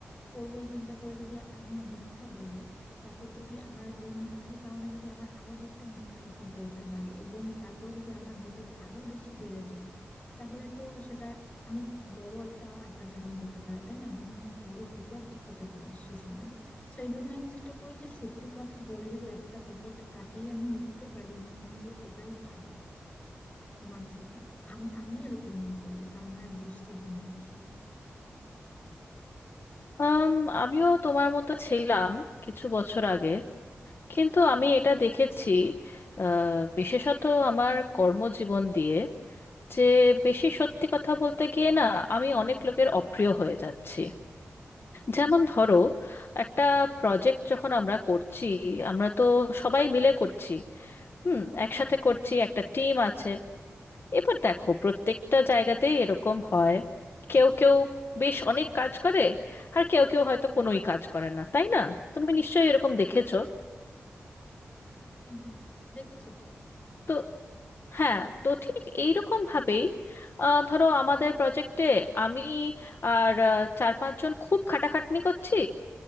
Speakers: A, on the left; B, on the left.
A: পড়বো এই চিন্তা করে যদি আমি মিথ্যা বলি তারপর যদি আমার ওই মিথ্যার কারণে যদি আমার আরো দশটা মিথ্যা কথা বলতে হয় এবং তারপর যদি আমার বিপদ আরো বেশি বেড়ে যায় তাহলে তো সেটা অনেক বড় একটা আকার ধারণ করতে পারে তাই না আমার জন্য অনেক বড় বিপদ হতে পারে সে সময় তো এই জন্য আমি চেষ্টা করি যে সত্যি কথা বলে যদি একটা বিপদ কাটিয়ে আমি উঠতে পারি আমার মনে হয় যে ওটাই ভালো আমার জন্য আমি আমি এরকম মনে করি এটা আমার দৃষ্টিভঙ্গি আসলে
B: আম, আমিও তোমার মতো ছিলাম কিছু বছর আগে কিন্তু আমি এটা দেখেছি আহ, বিশেষত আমার কর্মজীবন দিয়ে যে বেশি সত্যি কথা বলতে গিয়ে না আমি অনেক লোকের অপ্রিয় হয়ে যাচ্ছি যেমন ধরো একটা প্রজেক্ট যখন আমরা করছি আমরা তো সবাই মিলে করছি হুম একসাথে করছি একটা টিম আছে এবার দেখো প্রত্যেকটা জায়গাতেই এরকম হয় কেউ কেউ বেশ অনেক কাজ করে আর কেউ কেউ হয়তো কোনোই কাজ করে না তাই না তুমি নিশ্চয়ই এরকম দেখেছো
A: হুম দেখেছি তো
B: তো হ্যাঁ তো ঠিক এইরকম ভাবেই আহ, ধরো আমাদের প্রজেক্টে আমি আর আহ, চার পাঁচজন খুব খাটাখাটনি করছি